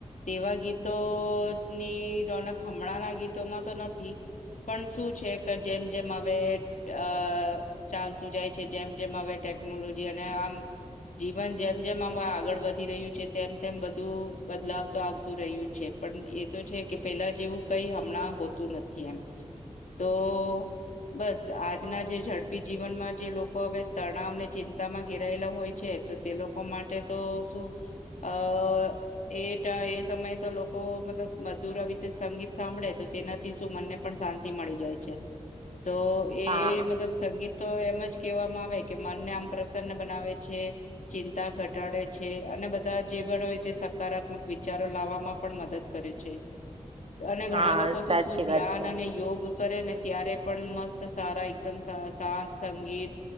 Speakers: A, on the left; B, on the right.
A: તેવા ગીતોની રોનક હમણાંના ગીત માંતો નથી. પણ શું છે, કે જેમ જેમ હવે અ ચાલુ, તું જાય છે, જેમ જેમ હવે ટેકનોલોજી અને આમ. જીવન જેમ જેમ આમાં આગળ વધી રહ્યું છે, તેમ બધું બદલાવ તો આવતું રહ્યું છે, પણ એતો છે કે પેલા જેવું કંઈ હમણાં હોતું નથી. એમ તો બસ આજના જે ઝડપી જીવનમાં, જે લોકો હવે તણાવને ચિંતામાં ઘેરાયેલા હોય છે, તો તે લોકો માટે તો શું, અ. એ એ સમયે તો લોકો મતલબ મધુરરીતે સંગીત સાંભળે તો તેનાથી શું મને. પણ શાંતિ મળી જાય છે, તોએ
B: હા
A: મતલબ સંગીતતો એમ જ, કેવામાં આવે કે મનને આમ પ્રસન્ન બનાવે છે. ચિંતા ઘટાડે છે, અને બધા જે પણ હોય તે સકારાત્મક વિચારો લાવવામાં. પણ મદદ કરે છે, અને ઘણા
B: હા
A: લોકો‌તો
B: સાચી
A: શું ધ્યાન
B: વાત છે
A: અને યોગ. કરે ને ત્યારે પણ મસ્ત સારા એકદમ સાત સંગીત,